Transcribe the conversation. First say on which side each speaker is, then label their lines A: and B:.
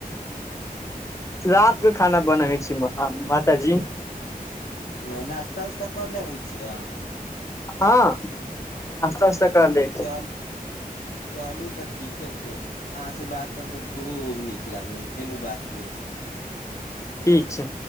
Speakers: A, on the left; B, on the left.
A: रात के खाना बनबै छै माताजी।
B: ना नास्ता उस्ता कर लेबै छै अहांके।
A: हां नास्ता उस्ता कर लै छी।
B: चल चलू तऽ ठीके छै अहाँसँ बात कर कऽ खूब नीक लागलै फेनो बात होइ छै
A: ठीक छै